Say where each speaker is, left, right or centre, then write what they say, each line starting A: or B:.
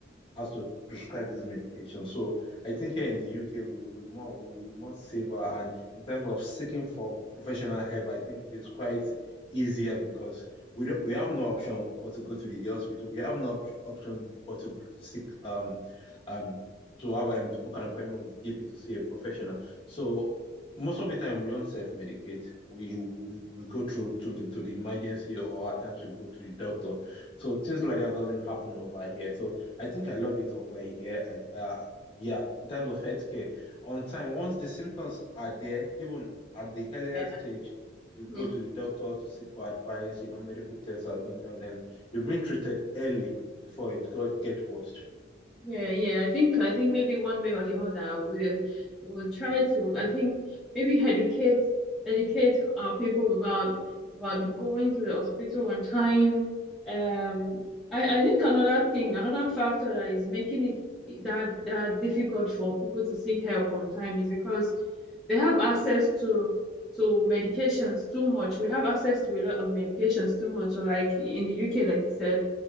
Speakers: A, on the left; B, in the centre.
A: has to prescribe this medication. So I think here in the UK we we more we, we more saver and in terms of seeking for professional help, I think it's quite easier because we don't we have no option but to go to the hospital. We have no op- option but to seek um um to have um, to book an appointment with GP to see a professional. So most of the time we don't self-medicate. We we, we, we go through to the to the emergency or at times we go to the doctor. So things like that doesn't happen over here. So I think I love it over here. I, uh, yeah, in terms of healthcare, on time, once the symptoms are there, even at the earlier
B: Yeah.
A: stage, you
B: Mhm.
A: go to the doctor to seek for advice, you know, medical tests have been done, and you're being treated early before it got get worse.
B: Yeah, yeah. I think I think maybe one way or the other we will try to I think maybe educate educate our people about about going to the hospital on time. Um I, I think another thing, another factor that is making it that that difficult for people to seek help on time is because they have access to to medications too much. We have access to a lot of medications too much. So like in the UK, like you said